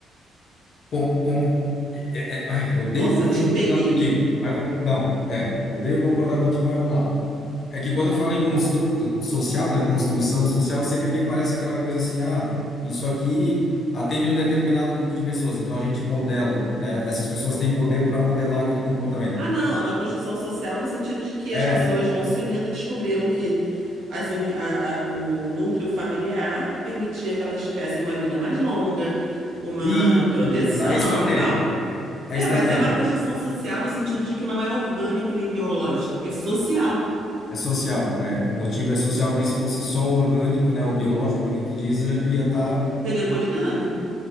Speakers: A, on the left; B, on the right.
A: com, com, é- é- é, ai, eu odeio
B: Nossa,
A: quando eu
B: te
A: tenho
B: peguei,
A: que concordar contigo.
B: né?
A: Mas vamos, não, é, eu odeio concordar contigo, mas vamos lá. É que quando fala em construto social, né? Construção social, sempre me parece aquela coisa assim, ah, isso aqui atende um determinado grupo de pessoas, então a gente modela, né? Essas pessoas têm poder para modelar aquele comportamento.
B: Ah, não, é uma construção social no sentido de que as
A: É,
B: pessoas vão se unindo e descobriram que as uni- a- a- o núcleo familiar permitia que elas tivessem uma vida mais longa, uma
A: e,
B: proteção
A: e- é estratégico,
B: e tal.
A: é
B: É,
A: estratégico.
B: mas é uma construção social no sentido de que não é orgânico nem biológico, é social.
A: É social, é. O motivo é social, porque se fosse só o orgânico, né, o biológico, que nem tu diz, eh, ia estar.
B: Seria poligâmico.